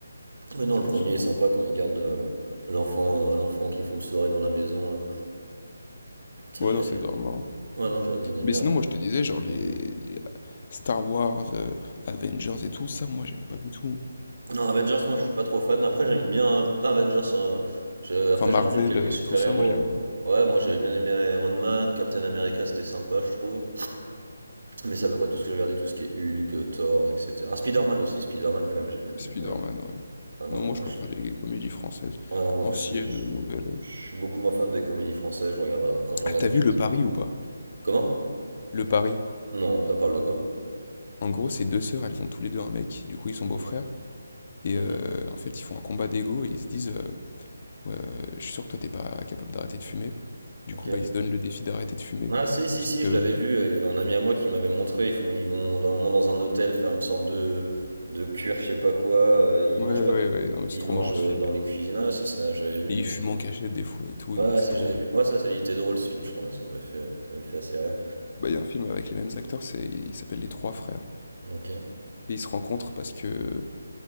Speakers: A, on the right (about 70°); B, on the left (about 40°).
A: Mais non, le
B: non,
A: premier
B: c'est... vraiment-
A: est sympa quand il garde euh, l'enfant euh, l'enfant qui font une soirée dans la maison, là. Ça,
B: Ouais,
A: j'ai...
B: non, c'est grave marrant.
A: Ouais, non, j'avais bien aimé
B: Mais
A: après.
B: sinon, moi, je te disais, genre, les,
A: Non, dis-moi.
B: les Star Wars, euh, Avengers et tout, ça, moi, j'aime pas du tout.
A: Non, Avengers, moi je suis pas trop fan. Après, j'aime bien. pas Avengers, hein. Je- Après,
B: Enfin, Marvel,
A: j'aime bien quelques
B: euh,
A: super-héros.
B: tout ça, moi, j'aime pas.
A: Ouais, moi j'avais bien aimé Iron Man, Captain America, c'était sympa, je trouve. Mais c'est à peu près tout ce que j'ai regardé, tout ce qui est Hulk, euh, Thor, etc. Ah, Spider-Man aussi, Spider-Man quand même, j'ai bien aimé.
B: Spider-Man,
A: Moi, je-
B: ouais.
A: Ah non,
B: Non, moi,
A: moi
B: je préfère
A: je,
B: les comédies françaises,
A: ah non, moi,
B: anciennes,
A: je suis... je
B: euh, nouvelles.
A: je suis beaucoup moins fan des comédies françaises, je regarde... quand je
B: Ah,
A: regarde
B: t'as
A: des
B: vu
A: films.
B: Le Pari ou pas?
A: Comment?
B: Le Pari.
A: Non, ça parle de quoi?
B: En gros, ces deux sœurs, elles ont tous les deux un mec, du coup, ils sont
A: Ok.
B: beaux-frères. Et
A: Mhm.
B: euh, en fait, ils font un combat d'ego et ils se disent, euh, Ouais, euh, je suis sûr que toi, t'es pas capable d'arrêter de fumer. Du
A: Ok.
B: coup, bah, il se donne le défi d'arrêter de fumer.
A: Ah si si
B: Et sauf
A: si,
B: que,
A: je l'avais vu, il y avait un ami à moi qui m'avait montré, ils font ils vont d'un moment dans un hôtel faire une sorte de de cure, je sais pas quoi, euh, ils
B: ouais,
A: mangent
B: ouais,
A: pas
B: ouais,
A: comme-
B: ouais, non, mais
A: ils
B: c'est trop
A: mangent
B: marrant ce
A: euh,
B: film.
A: dans
B: Et
A: les cuisines. Ah si ça, j'avais vu
B: il
A: une petite
B: fume en cachette des fois et tout,
A: Ouais,
B: non, mais c'est
A: si
B: trop
A: j'avais
B: drôle.
A: vu. Ouais, ça, ça il était drôle ce film, je crois, ça m'a fait ça m'a fait assez rire.
B: Bah, il y a un film avec les mêmes acteurs, c'est, il s'appelle Les Trois Frères.
A: OK.
B: Et ils se rencontrent parce que,